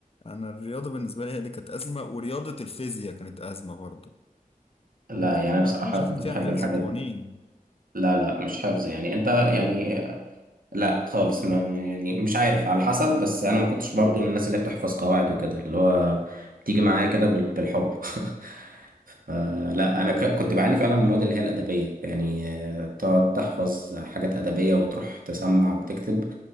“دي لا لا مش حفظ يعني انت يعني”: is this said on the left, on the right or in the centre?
Right